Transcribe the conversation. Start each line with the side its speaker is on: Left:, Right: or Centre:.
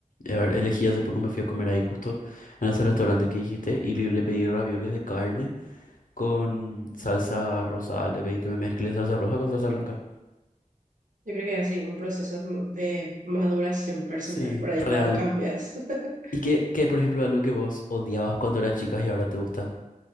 Left: a ver, elegí hace poco me fui a comer ahí justo en ese restaurante que dijiste y le, le pedí ravioles de carne con salsa rosada. Le pedí que me mezcle salsa roja con salsa blanca.
Right: Yo creo que es así, un proceso de ma- de maduración personal,
Left: Sí,
Right: por ahí
Left: real.
Right: cuando cambias. <laughs>
Left: ¿Y qué, qué, por ejemplo, algo que vos odiabas cuando eras chica y ahora te gusta?